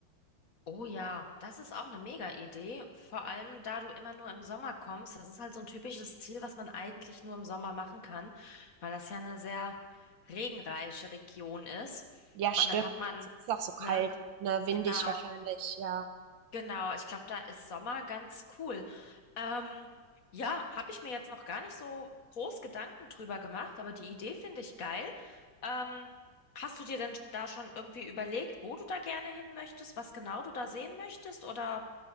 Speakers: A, on the left; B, on the right.
A: Oh ja, das ist auch eine Mega-Idee. Vor allem, da du immer nur im Sommer kommst. Das ist halt so ein typisches Ziel, was man eigentlich nur im Sommer machen kann, weil das ja eine sehr regenreiche Region ist.
B: Ja, stimmt.
A: Und dann hat man,
B: Es ist auch so kalt,
A: ne,
B: ne, windig
A: genau.
B: wahrscheinlich, ja.
A: Genau, ich glaube, da ist Sommer ganz cool. Ähm, ja, habe ich mir jetzt noch gar nicht so groß Gedanken drüber gemacht, aber die Idee finde ich geil. Ähm, hast du dir denn da schon irgendwie überlegt, wo du da gerne hin möchtest, was genau du da sehen möchtest, oder